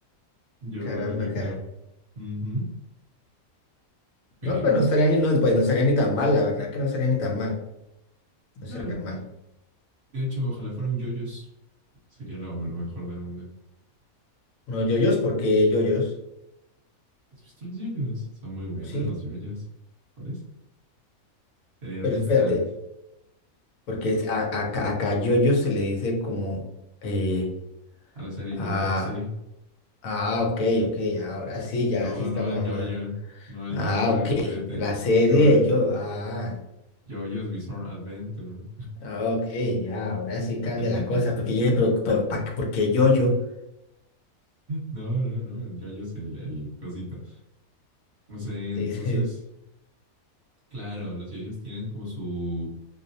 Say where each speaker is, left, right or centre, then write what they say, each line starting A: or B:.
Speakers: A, on the right; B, on the left.
A: Yo,
B: caramba,
A: yo
B: caramba.
A: creo. Ujú. Pero,
B: No, pues no estaría ni, no, pues no estaría ni tan mal, la verdad que no estaría ni tan mal. No
A: claro,
B: estaría mal.
A: De hecho, ojalá fuera un yoyos. Sería lo, lo mejor del mundo.
B: No, yoyos, porque yoyos,
A: ¿Has visto los yoyos? Son muy buenas
B: sí,
A: los yoyos. Por eso. Tener
B: pero
A: un
B: espérate,
A: stand
B: porque es- a- a- acá, acá yoyos se le dice como eh,
A: a la serie,
B: ah,
A: yo a la serie.
B: ah, ok, ok, ahora sí, ya
A: No,
B: sí estamos
A: no al
B: hablando.
A: yoyo. No al
B: Ah,
A: yoyo,
B: ok.
A: al juguete.
B: La serie
A: Yo,
B: de yo, ah,
A: yoyos Bizarre Adventure.
B: ah, ok, ya, ahora sí cambia
A: <laughs>
B: la cosa. Porque yo dije, pero, pero ¿pa qué? ¿por qué yoyo? <laughs>
A: No, no, no. El yoyo es el, el cosito. No sé, entonces,
B: Dice,
A: claro, los yoyos tienen como su,